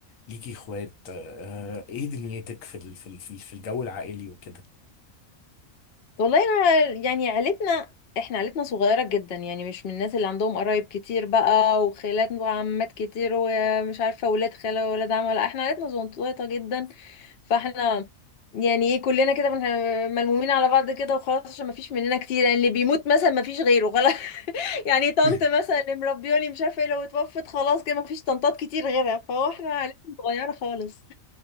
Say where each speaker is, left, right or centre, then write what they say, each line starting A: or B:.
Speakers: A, on the left; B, on the left.
A: ليكي اخوات آه ايه دنيتك في ال- في ال- في في الجو العائلي وكده
B: والله انا يعني عيلتنا احنا عيلتنا صغيرة جدا يعني مش من الناس اللي عندهم قرايب كتير بقى وخالات وعمات كتير ومش عارفة ولاد خالة وولاد عم لا احنا عيلتنا زنطوطة جدا فاحنا يعني ايه كلنا كده بنح- ملمومين على بعض كده وخلاص عشان ما فيش مننا كتير يعني اللي بيموت مثلا ما فيش غيره خلاص <laughs> يعني طنط
A: <laughs>
B: مثلا اللي مربياني مش عارفه ايه لو اتوفت خلاص كده ما فيش طنطات كتير غيرها فهو احنا عيلتنا صغيره خالص